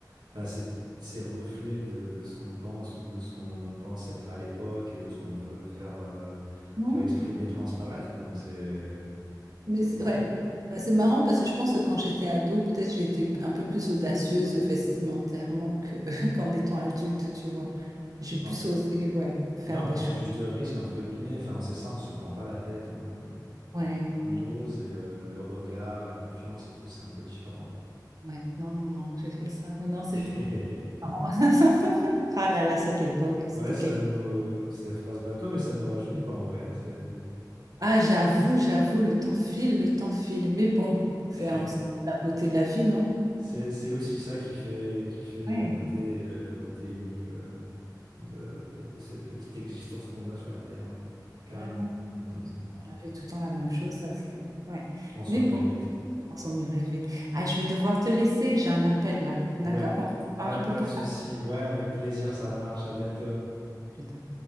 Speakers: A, on the right; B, on the right.
A: enfin, c'est, c'est le reflet de, de ce qu'on pense ou de ce qu'on pense être à l'époque et de ce qu'on veut faire, euh,
B: <laughs>
A: tu vois, exprimer, transparaître, donc c'est,
B: Mais
A: c'est
B: c'est
A: cool.
B: ouais, euh, c'est marrant parce que je pense que quand j'étais ado, peut-être j'ai été un peu plus audacieuse vestimentairement que <laughs> qu'en étant adulte, tu vois. J'ai
A: Bon,
B: plus osé, ouais, faire
A: ouais, on
B: des
A: prend
B: choses.
A: plus de risques, entre guillemets, enfin, c'est ça, on se prend pas la tête, on,
B: Ouais,
A: on, on ose et euh, le regard, la confiance et tout, c'est un peu différent.
B: ouais, non, non, non, j'ai fait ça. Oh Non, c'était
A: <laughs>
B: marrant. <laughs> Ah là là, cette époque, c'était
A: Ouais, ça
B: quelque...
A: nous, c'est phrase bateau, mais ça nous rajeunit pas en vrai, hein, c'est.
B: Ah, j'avoue, j'avoue, le temps file, le temps file. Mais bon, c'est
A: <laughs>
B: un- c'est la beauté de la vie, non?
A: C'est, c'est aussi ça qui fait, qui fait
B: Ouais,
A: la beauté et le, le côté unique euh, de, de- de cette petite existence qu'on a sur la Terre, ouais. Carrément.
B: ouais, non.
A: <laughs>
B: On avait tout le temps la même chose, ça serait... Ouais.
A: On s'ennuierait
B: Mais bon.
A: vite.
B: On s'en irait vite. Ah, je vais devoir te laisser, j'ai un appel là. D'accord?
A: Ouais,
B: On se parle
A: pas,
B: un
A: de-
B: peu
A: pas
B: plus
A: de souci.
B: tard.
A: Ouais, avec plaisir, ça marche. À bientôt.
B: Putain.